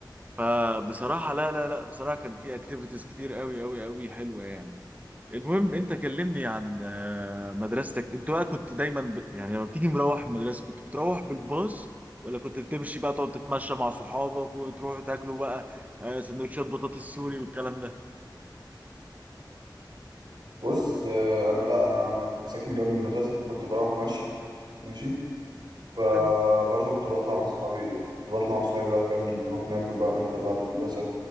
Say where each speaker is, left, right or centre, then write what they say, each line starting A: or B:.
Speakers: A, on the right (about 20°); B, on the right (about 65°).
A: فبصراحة لا لا لا بصراحة كان في اكتيفيتيز كتير قوي قوي قوي حلوة يعني المهم انت كلمني عن آه، مدرستك انت بقى كنت دايما ب... يعني لما بتيجي مروح المدرسة كنت بتروح بالباص ولا كنت بتمشي بقى تقعد تتمشى مع صحابك وتروحوا تاكلوا بقى آه، سندوتشات بطاطس سوري والكلام ده
B: بص آه، انا لا انا كنت ساكن جنب المدرسه فكنت بروح ماشي ماشي فبرضه
A: حلو
B: كنت بطلع مع اصحابي كنت بطلع مع اصحابي بقى فاهم نروح ناكل بقى نفطر بعد المدرسه